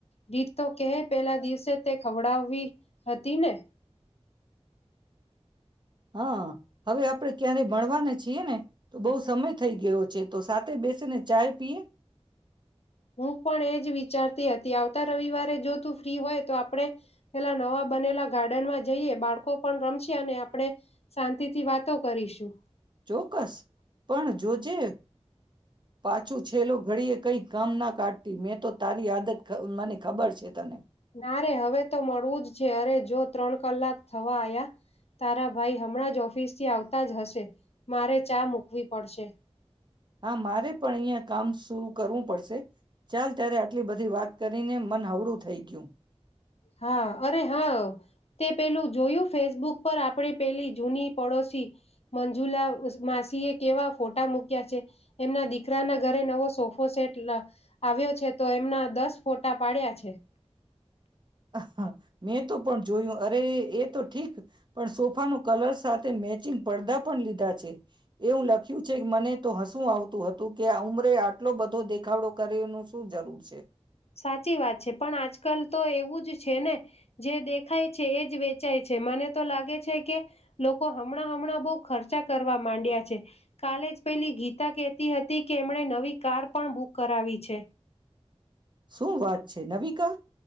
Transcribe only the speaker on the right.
હા હવે આપડે ક્યારે મળવાને છીએ ને તો બહુ સમય થઈ ગયો છે તો સાથે બેસીને ચાય પીએ
ચોક્કસ પણ જોજે પાછું છેલ્લું ઘડીએ કંઈક કામ ના કાઢતી મેં તો તારી આદત મને ખબર છે તને
હા મારે પણ અહિયાં કામ તો કરવું પડશે. ચાલ ત્યારે આટલી બધી વાત કરીને મન હવળું થઈ ગયું.
હા, મેં તો પણ જોયું. અરે એ તો ઠીક પણ સોફાનો કલર સાથે મેચિંગ પડદા પણ લીધા છે. એવું લખ્યું છે કે મને તો હસવુ આવતું હતું કે આ ઉમરે આટલો બધો દેખાવડો કરે એનું શું જરૂર છે.
શું વાત છે નવી કાર